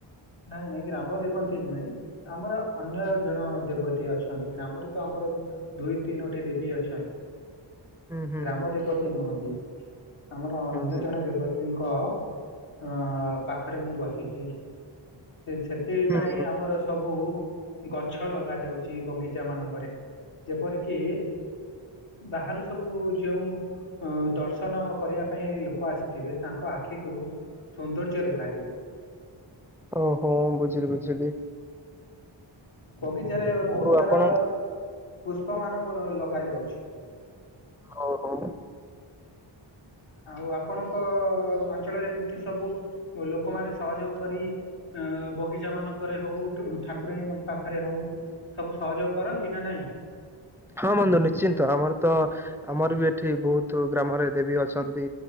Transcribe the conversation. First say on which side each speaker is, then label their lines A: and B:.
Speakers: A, on the left; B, in the centre.
A: ନାଇଁ ନାଇଁ ଗ୍ରାମ ଦେବତୀ ନୁହେଁ। ଆମର ଅନ୍ୟ ଜଣ ଦେବତୀ ଅଛନ୍ତି ଗ୍ରାମରେ ତ ଆମର ଦୁଇ ତିନୋଟି ଦେବୀ ଅଛନ୍
B: ହୁଁ ହୁଁ
A: ଗ୍ରାମ ଦେବତୀ ନୁହନ୍ତି ଆମର
B: ହୁଁ
A: ଅନ୍ୟ
B: ହୁଁ
A: ଜଣେ ଦେବତୀଙ୍କ ହଁ ପାଖରେ ମୁଁ ବସିଛି। ସେ ସେଥିପାଇଁ
B: ହୁଁ ହୁଁ
A: ଆମର ସବୁ ଗଛ ଲଗାଯାଉଛି ବଗିଚା ମାନଙ୍କରେ ଯେପରିକି ବାହାରୁ ସବୁ ଯେଉଁ ଅ ଦର୍ଶନ କରିବା ପାଇଁ ଲୋକ ଆସିଥିବେ ତାଙ୍କ ଆଖିକୁ ସୌନ୍ଦର୍ଯ୍ୟ ଦେଖାଯିବ।
B: ଓହୋ ବୁଝିଲି ବୁଝିଲି।
A: ବଗିଚାରେ ବହୁତ
B: ଆଉ
A: ସାରା
B: ଆପଣ
A: ପୁଷ୍ପ ମାନ ଲଗା ଯାଉଛି।
B: ଓ ହୋ।
A: ଆଉ ଆପଣଙ୍କ ଅଞ୍ଚଳରେ ଏମିତି ସବୁ ଓ ଲୋକମାନେ ସହଯୋଗ କରି ଅ ବଗିଚା ମାନଙ୍କରେ ହଉ ଠାକୁରାଣୀ ପାଖରେ ହଉ ସବୁ ସହଯୋଗ କରନ୍ତି ନା ନାହିଁ।
B: ହଁ ବନ୍ଧୁ ନିଶ୍ଚିନ୍ତ ଆମର ତ ଆମର ବି ଏଠି ବହୁତ ଗ୍ରାମରେ ଦେବୀ ଅଛନ୍ତି।